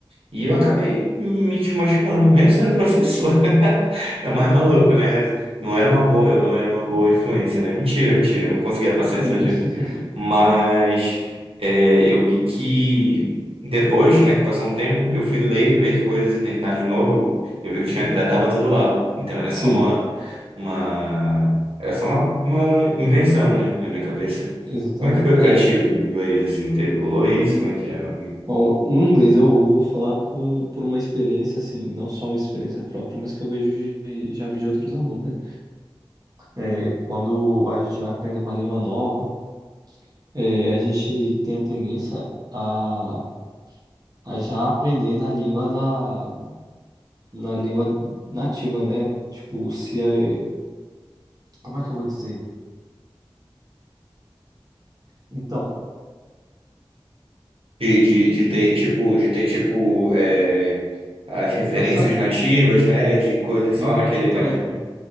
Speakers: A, on the right; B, on the right.
A: E eu acabei me desmotivando, mesmo sendo professor. <laughs> É
B: Ih,
A: o mais maluco,
B: rapaz.
A: né? Não era uma boa, eu não era uma boa influência, né? Mentira, mentira, eu não conseguia passar
B: Hum.
A: isso adiante.
B: <laughs>
A: Mas é, eu vi que depois, né, que passou um tempo, eu fui ler, ver coisas e tentar de novo. Eu vi que tinha, ainda estava tudo lá. Então era só
B: Sim,
A: uma, uma, era só uma, uma invenção, né, na minha cabeça.
B: exatamente.
A: Como é que foi
B: É.
A: pra ti
B: é.
A: o inglês, assim? Teve, rolou isso? Como é que era?
B: Bom, o inglês eu eu vou falar por, um, por uma experiência, assim, não só uma experiência própria, mas que eu vejo de, já vi de outros alunos, né? É, quando a gente vai aprender uma língua nova. É, a gente tem a tendência a, a já aprender na língua da, na língua nativa, né? Tipo, se é, como é que eu vou dizer? Então,
A: de, de, de ter tipo
B: é,
A: de ter tipo é, as referências
B: não, sabe?
A: nativas, né, de coisas
B: Não,
A: só naquele
B: não, então
A: naquele.
B: é,